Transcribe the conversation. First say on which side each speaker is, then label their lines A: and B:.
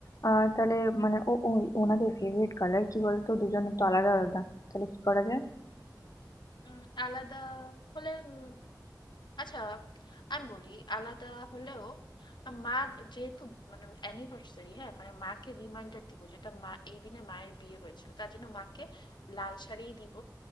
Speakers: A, on the left; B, on the left.
A: আহ তাহলে মানে ও ওই ওনাদের ফেভারিট কালার কি বলতো দুজনের তো আলাদা আলাদা তাহলে কি করা যায়
B: উম, আলাদা হলে উম, আচ্ছা আমি বলি আলাদা হলেও মা যেহেতু মানে অ্যানিভার্সারি হ্যাঁ মানে মাকে রিমাইন্ডার দিব যেটা মা এই দিনে মায়ের বিয়ে হয়েছিল তার জন্য মাকে লাল শাড়িই দিব